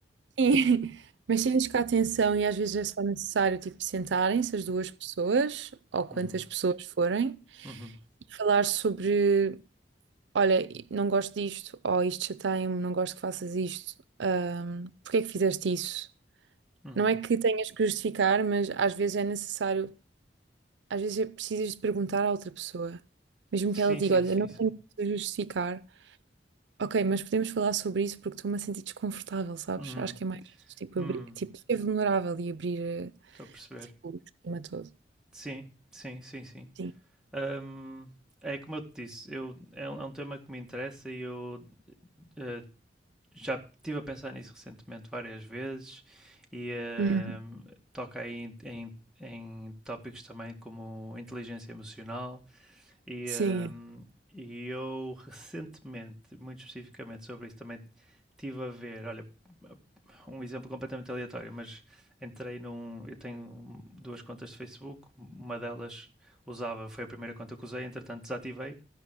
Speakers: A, on the right; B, in the centre.
A: Sim, <laughs> mas sentes que a atenção e às vezes é só necessário tipo sentarem-se as duas pessoas ou quantas
B: Uhum,
A: pessoas forem
B: uhum,
A: e falar sobre, olha, não gosto disto, ou isto chateia-me, não gosto que faças isto, hum, porque é que fizeste isso?
B: uhum.
A: Não é que tenhas que justificar, mas às vezes é necessário, às vezes é precisas de perguntar à outra pessoa, mesmo
B: Sim,
A: que ela diga,
B: sim,
A: olha,
B: sim,
A: não
B: sim.
A: tenho que justificar, Ok, mas podemos falar sobre isso porque estou-me a sentir desconfortável, sabes?
B: Uhum.
A: Acho que é mais tipo,
B: Hum,
A: abrir, tipo ser vulnerável e abrir eh,
B: Estou a perceber.
A: tipo, o esquema todo.
B: Sim, sim, sim, sim.
A: Sim.
B: Ahm, é como eu te disse, eu, é, um, é um tema que me interessa e eu eh, já estive a pensar nisso recentemente várias vezes e eh,
A: Uhum.
B: toca aí em, em- em tópicos também como inteligência emocional e,
A: Sim.
B: eh, e eu recentemente, muito especificamente sobre isso, também estive a ver, olha, um exemplo completamente aleatório, mas entrei num. Eu tenho duas contas de Facebook, uma delas usava, foi a primeira conta que usei, entretanto desativei